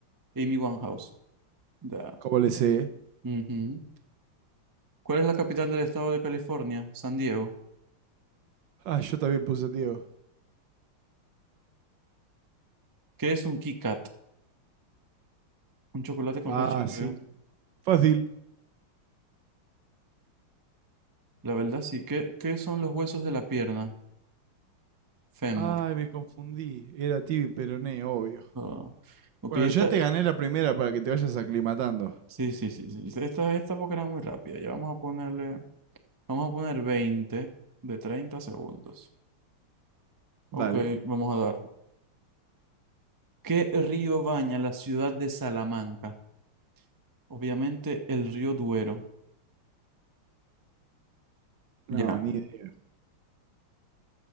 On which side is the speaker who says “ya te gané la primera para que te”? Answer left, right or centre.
Right